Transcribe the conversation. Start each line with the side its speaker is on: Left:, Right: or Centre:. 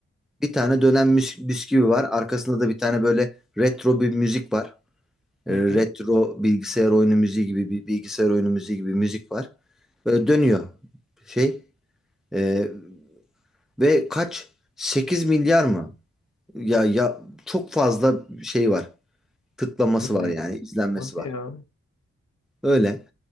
Centre: Bir tane dönen müs- bisküvi var. Arkasında da bir tane böyle retro bir müzik var. Ee,
Left: Hı hı.
Centre: Retro bilgisayar oyunu müziği gibi bir bilgisayar oyunu müziği gibi müzik var. Böyle dönüyor şey. Ee, ve kaç? sekiz milyar mı? Ya ya çok fazla şey var. tıklaması
Left: İzleyici.
Centre: var yani izlenmesi
Left: Hadi
Centre: var.
Left: ya.
Centre: Öyle.